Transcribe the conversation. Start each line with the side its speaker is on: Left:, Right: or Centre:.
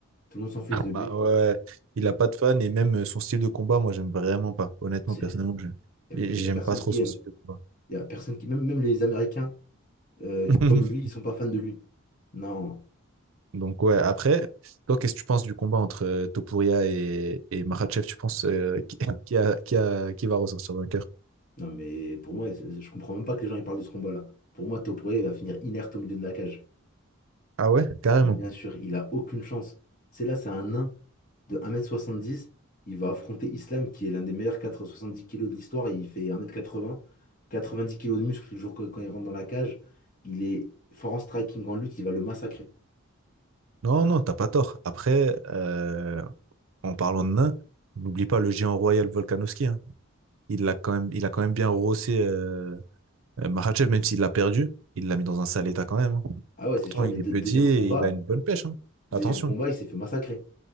Left: Tout le monde s'en fiche de lui.
Right: Bah ouais, il a pas de fan et même euh, son style de combat, moi, j'aime vraiment pas. Honnêtement,
Left: C'est...
Right: personnellement, je-
Left: Il
Right: j'aime
Left: n'y a, il y a personne
Right: pas trop
Left: qui
Right: son
Left: aime.
Right: style de combat.
Left: Il y a personne qui... Même, même les Américains euh,
Right: <laughs>
Left: comme lui ils sont pas fans de lui. Non,
Right: Donc ouais, après, toi, qu'est-ce que tu penses du combat entre euh, Topuria et, et Makhachev? Tu penses euh, qui, <laughs> qui a, qui a- qui va ressortir vainqueur?
Left: non mais pour moi c'est- je comprends même pas que les gens ils parlent de ce combat-là. Pour moi Topuria il va finir inerte au milieu de la cage.
Right: Ah ouais, carrément.
Left: Et bien sûr il a aucune chance. C'est là c'est un nain. de un mètre soixante-dix, Il va affronter Islam, qui est l'un des meilleurs quatre cent soixante-dix kilos de l'histoire, et il fait 1 quatre quatre-vingt-dix kilos de muscle le jour que- quand il rentre dans la cage. Il est fort en striking, en lutte, il va le massacrer.
Right: Non, non, t'as pas tort. Après, euh, en parlant de nain, n'oublie pas le géant royal Volkanovski. hein. Il l'a quand même, il a quand même bien rossé euh, euh, Makhachev, même s'il l'a perdu, il l'a mis dans un sale état quand même. hein.
Left: Ah ouais,
Right: Pourtant,
Left: c'est sûr,
Right: il
Left: mais deux-
Right: est petit
Left: deuxième
Right: et
Left: combat,
Right: il a une bonne pêche. hein.
Left: deuxième
Right: Attention.
Left: combat, il s'est fait massacrer.